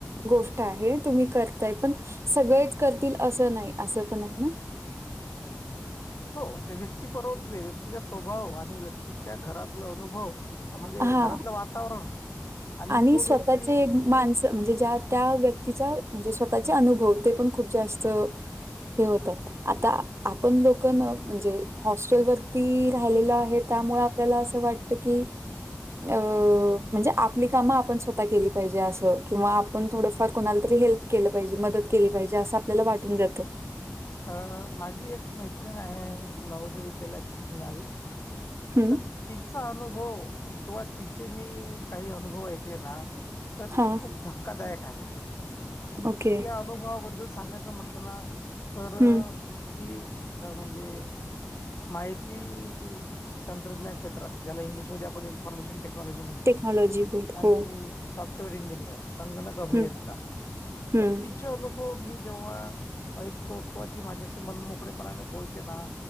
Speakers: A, on the right (about 55°); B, on the left (about 60°).
A: गोष्ट आहे तुम्ही करताय पण. सगळेच करतील असं नाही असं पण नाही ना.
B: हो ते व्यक्ती परवतवे व्यक्तीचा स्वभाव आणि व्य तिच्या घरातलं अनुभव म्हणजे
A: हां.
B: घरातलं वातावरण.
A: आणि
B: तो
A: स्वतःचे
B: व्यक्ती
A: माणसं म्हणजे ज्या त्या व्यक्तीचा म्हणजे स्वतःचे अनुभव ते पण खूप जास्त. हे होतात आता आपण लोक ना म्हणजे हॉस्टेलवर. रा आहे त्यामुळे आपल्याला अस वाटत की अ म्हणजे आपली कामं आपण स्वतः केली पाहिजे असं किंवा आपण थोडंफार कोणाला तरी हेल्प केलं पाहिजे मदत केली पाहिजे असं. आपल्याला वाटून जातं.
B: अ माझी एक मैत्रिण आहे नवोदय विद्यालयात शिकणारी.
A: हं,
B: तर तिचा अनुभव किंवा तिचे मी काही अनुभव ऐकले ना. तर
A: हां,
B: ते खूप धक्कादायक आहेत. आणि
A: ओके.
B: त्या अनुभवाबद्दल सांगायचं म्हटलं ना तर
A: हं,
B: ती म्हणजे माहिती तंत्रज्ञान क्षेत्रात ज्याला इग्लिश मध्ये आपण इनफॉर्मेशन टेक्नॉलॉजी टेक्नॉलॉजी म्हणतो
A: टेक्नॉलॉजी बोलतो.
B: आणि
A: हो.
B: सॉफ्टवेअर इंजिनियर संगणक अभियंता
A: हं, हं,
B: तर तिचे अनु हो मी जेव्हा ऐकतो किंवा ती माझ्याशी मन मोोकळेपणाने बोलते ना